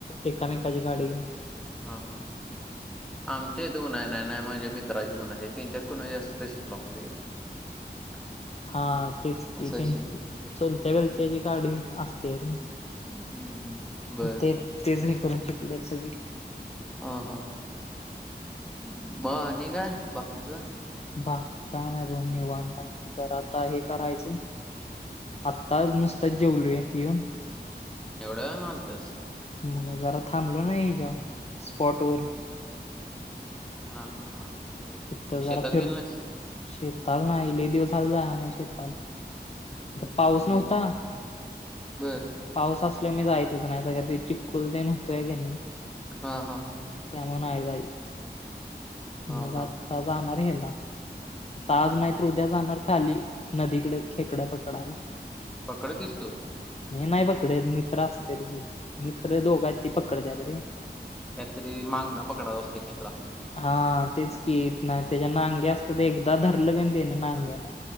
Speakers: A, on the left; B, in the centre.
A: एकामेकाची गाडी घेऊन.
B: हा हा. आमच्या इथं पण आहे. नाही नाही माझ्या मित्राची पण आहे, तेनच्यात कुणाची असती तर शिकलो असतो की. <inaudible>
A: हा तेच की
B: असं विषय
A: तेन चुलत्या बिलत्याची गाडी असत्या रे.
B: हम्म हम्म. बर
A: ते तेच करून शिकलेल्यात सगळी.
B: हा हा. मग आणि काय बाकीचं?
A: बाकी काय नाही बघ निवांत आहे. जरा आता हे करायचं आत्ताच नुसताच जेवलोय येऊन.
B: एवढ्या वेळानं आणत्यास?
A: मग जरा थांबलो नाही हेज्यावर स्पॉटवर.
B: हा हा हा. बर
A: तिथं
B: मग
A: जरा
B: शेतात
A: फिर
B: गेलं नाहीस?
A: शेताला नाही लई दिवस झालं जाया नाही शेताला. पाऊस
B: हा
A: नव्हता,
B: बर
A: पाऊस असल्याने मी जायचं नाही असं काहीतरी चिपकून कुलदन होतोय क नाही,
B: हा हा
A: त्या म्ह आ जायत
B: हा
A: मजात-
B: हा
A: आता जाणार हेड, आता आज नाही तर उद्या जाणार खाली नदीकडे खेकड्याप आकडयला
B: पकडत दिसतो.
A: मी नाही पकडेत, मित्र असतेल मित्र दोघांचे पकडतात
B: काहीतरी मागं न, पकडां असते केकडा.
A: हा तेच की, त ना त्याच्या नागे असत ते एकदा धरलं क ते ना नांग्या ना